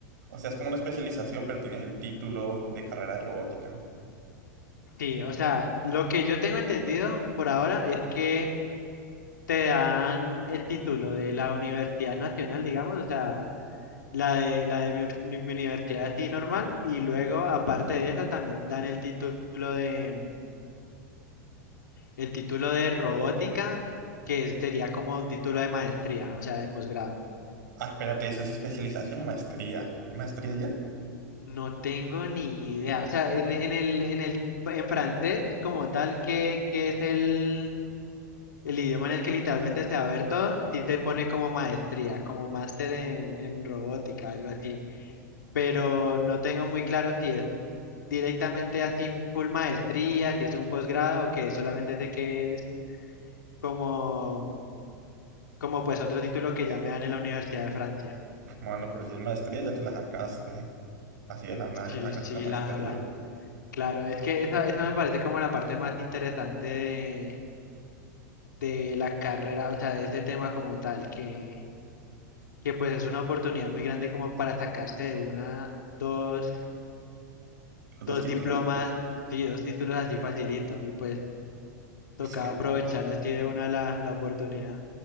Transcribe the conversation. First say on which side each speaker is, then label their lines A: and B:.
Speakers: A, on the right (about 75°); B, on the left (about 85°).
A: O sea, es como una especialización, pero tienes el título de carrera de robótica.
B: Sí, o sea, lo que yo tengo entendido por ahora es que te dan el título de la Universidad Nacional, digamos, o sea, la de, la de mi, ur- mi universidad así normal, y luego, aparte de esa, también dan el título de, mm, el título de robótica, que sería como un título de maestría, o sea, de posgrado.
A: Ah, espérate, ¿eso es especialización o maestría? ¿Maestría ya?
B: No tengo ni idea, o sea, en, en el, en el, en francés como tal, ¿qué, qué es el... El idioma en el que literalmente se va a ver todo, sí se pone como maestría, como máster en, en robótica, algo así. Pero no tengo muy claro si es directamente así full maestría, si es un posgrado o que solamente sé que es como, como pues otro título que ya me dan en la Universidad de Francia.
A: Bueno, pero si es maestría ya te la sacaste. Así de la nada
B: Sí,
A: ya te sacaste
B: sí,
A: la maestría.
B: la verdad. Claro, es que esa, esa me parece como la parte más interesante de, de la carrera, o sea, de ese tema como tal, que que pues es una oportunidad muy grande como para sacarse de una, dos,
A: ¿Los dos
B: dos
A: títulos?
B: diplomas, sí, dos títulos así facilito y pues
A: Pues
B: tocaba
A: es que
B: aprovechar así de una la, la oportunidad.